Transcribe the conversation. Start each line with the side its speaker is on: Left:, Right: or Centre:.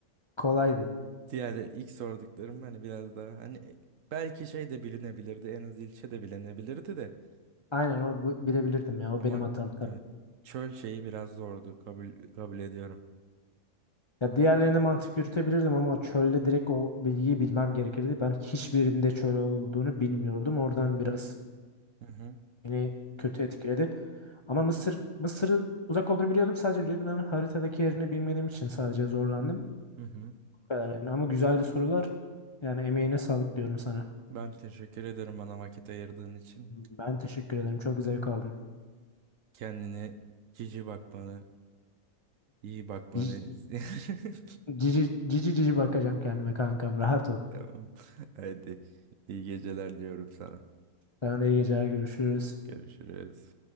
Left: kolaydı.
Right: Diğer ilk sorduklarım hani biraz daha hani e, belki şey de bilinebilirdi en az ilçe de bilinebilirdi de.
Left: Aynen o bu- bilebilirdim ya. O
Right: Ama
Left: benim hatam tabii.
Right: evet çöl şeyi biraz zordu kabul kabul ediyorum.
Left: Ya diğerlerine mantık yürütebilirdim ama o çölde direkt o bilgiyi bilmem gerekirdi. Ben hiçbirinde çöl olduğunu bilmiyordum. Oradan biraz
Right: Hı hı,
Left: beni kötü etkiledi. Ama Mısır Mısır'ı uzak olduğunu biliyordum. Sadece Lübnan'ın haritadaki yerini bilmediğim için sadece zorlandım.
Right: hı hı.
Left: Bu kadar yani. Ama güzeldi sorular. Yani emeğine sağlık diyorum sana.
Right: Ben teşekkür ederim bana vakit ayırdığın için.
Left: Ben teşekkür ederim. Çok zevk aldım.
Right: Kendine cici bakmanı, iyi bakmanı
Left: Cici
Right: <laughs>
Left: cici, cici cici bakacağım kendime kankam. Rahat ol.
Right: Tamam. <laughs> Hadi iyi geceler diyorum sana.
Left: Sana da iyi geceler. Görüşürüz.
Right: Görüşürüz.